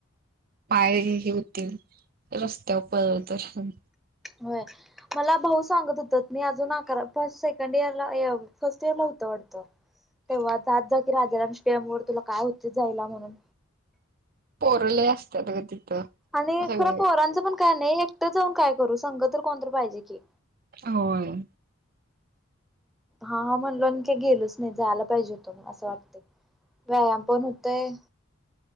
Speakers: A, on the right (about 45°); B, in the centre.
A: पायही हे होतील रस्त्यावर पळल तसं
B: होय. मला भाऊ सांगत होत, मी अजून आ फर्स्ट, सेकंड इयर ला फर्स्ट इयर ला होतो वाटतं
A: ह <unintelligible>
B: तेव्हा जात जा की, राजाराम स्टेडियम वर तुला काय होतय जायला म्हणून
A: पोर लय असत्यात ग तिथं
B: आणि
A: सगळे
B: खरं पोरांचं पण काय नाही एकटं जाऊन काय करू संग तर कोणत पाहिजे की,
A: होय.
B: हा म्हणलो आणि गेलोच नाही, जायला पाहिजे होतो म असं वाटत. व्यायाम पण होतोय